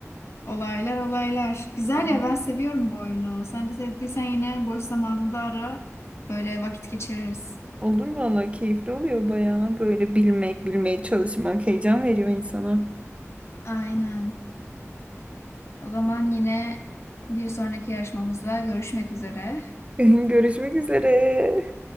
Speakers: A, on the left (about 60°); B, on the right (about 25°).
A: Olaylar olaylar. Güzel
B: Tamam.
A: ya ben seviyorum bu oyunu. Sen de sevdiysen yine boş zamanında ara. Böyle vakit geçiririz.
B: Olur valla keyifli oluyor bayağı. Böyle bilmek, bilmeye çalışmak heyecan veriyor insana.
A: Aynen. O zaman yine bir sonraki yarışmamızda görüşmek üzere.
B: <laughs> Görüşmek üzere.